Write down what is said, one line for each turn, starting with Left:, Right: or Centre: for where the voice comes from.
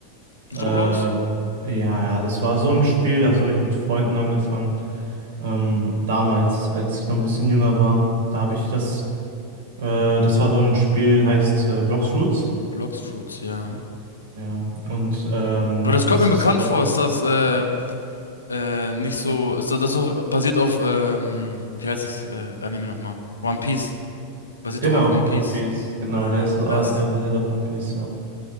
Right: Äh, ja,
Left: Roblox?
Right: ja, das war so ein Spiel, das habe ich mit Freunden angefangen. Ähm, damals, als ich noch ein bisschen jünger war, da habe ich das, äh, das war so ein Spiel, heißt äh, Bloxroot.
Left: Blox Fruits, ja.
Right: Ja, und ähm,
Left: Aber das
Right: das
Left: kommt mir bekannt
Right: ist so,
Left: vor, ist das äh, äh, nicht so, ist das, das so basiert auf, ähm, wie heißt das äh, Anime nochmal? One Piece. Basiert
Right: genau,
Left: doch auf One Piece.
Right: One Piece. Genau,
Left: Ah,
Right: der ist so
Left: krass.
Right: an- äh, basiert auf One Piece, ja.